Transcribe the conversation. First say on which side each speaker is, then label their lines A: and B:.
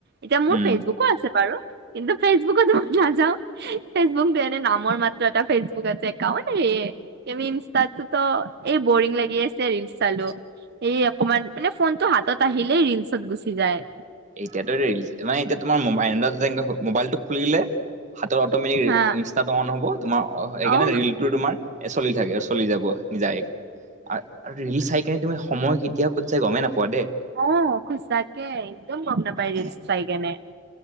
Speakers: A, on the right; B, on the right.
A: এতিয়া মোৰ
B: উম
A: ফেচবুকো আছে বাৰু কিন্তু ফেচবুকত ময় নাযাও ফেচবুক দেট নামৰ মাত্ৰ এটা ফেচবুক আছে একাউন্ট সেয়ে এমি ইনষ্টাটোট এই বৰিং লাগি আছে। ছে ৰিলচ চালো সেই অকমান মানে ফোনটো হাতত আহিলেই ৰিলচত গুচি যায়।
B: এতিয়াতো ৰিলচ মানে এতিয়া তোমাৰ মাইণ্ডত এনেকে মোবাইলটো খুলিলে হাতৰ অটমেটিক
A: হা
B: ইনষ্টাটো অন হব তোমাৰ
A: অ
B: এইকাণে ৰিলটো তোমাৰ এ চলি থাকে চলি যাব যায়। আৰ ৰিল চাই কিনে তুমি সময় কেতিয়া ক'ত যাই গমেই নাপোৱা দেই।
A: অ খোজ তাকে একদম গম নাপাই
B: মানে
A: ৰিলচ চাই কেনে।